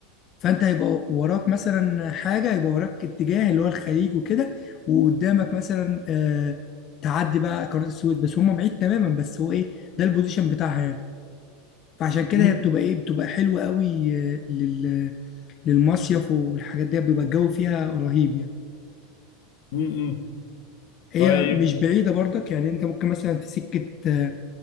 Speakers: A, on the left; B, on the left.
A: فانت هيبقى وراك مثلا حاجه هيبقى وراك اتجاه اللي هو الخليج وكده وقدامك مثلا آه تعدي بقى قناه السويس بس هم بعيد تماما بس هو ايه ده البوزيشن بتاعها يعني فعشان كده
B: مم.
A: هي بتبقى ايه بتبقى حلوه قوي آه، لل للمصيف والحاجات دي بيبقى الجو فيها رهيب يعني
B: مم. مم.
A: هي
B: طيب
A: مش بعيده برضك يعني انت ممكن مثلا في سكه آه،